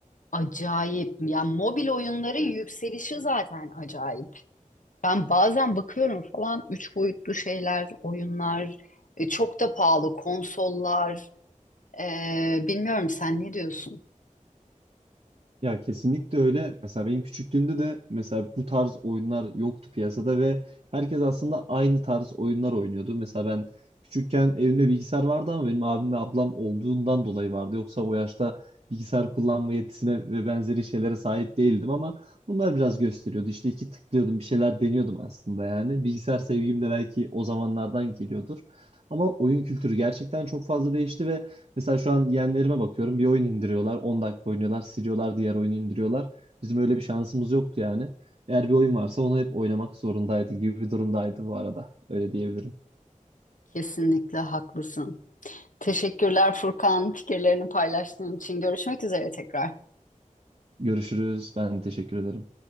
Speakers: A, on the left; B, on the right.
A: acayip. Yani mobil oyunların yükselişi zaten acayip. Ben bazen bakıyorum falan üç boyutlu şeyler, oyunlar, e, çok da pahalı konsollar. Ee, bilmiyorum sen ne diyorsun?
B: Ya kesinlikle öyle. Mesela benim küçüklüğümde de mesela bu tarz oyunlar yoktu piyasada ve herkes aslında aynı tarz oyunlar oynuyordu. Mesela ben küçükken evimde bilgisayar vardı ama benim abim ve ablam olduğundan dolayı vardı. Yoksa o yaşta bilgisayar kullanma yetisine ve benzeri şeylere sahip değildim ama bunlar biraz gösteriyordu. İşte iki tıklıyordum, bir şeyler deniyordum aslında yani. Bilgisayar sevgim de belki o zamanlardan geliyordur. Ama oyun kültürü gerçekten çok fazla değişti ve Mesela şu an yeğenlerime bakıyorum. Bir oyun indiriyorlar. on dakika oynuyorlar. Siliyorlar. Diğer oyunu indiriyorlar. Bizim öyle bir şansımız yoktu yani. Eğer bir oyun varsa onu hep oynamak zorundaydı gibi bir durumdaydı bu arada. Öyle diyebilirim.
A: Kesinlikle haklısın. Teşekkürler Furkan, fikirlerini paylaştığın için. Görüşmek üzere tekrar.
B: Görüşürüz. Ben teşekkür ederim.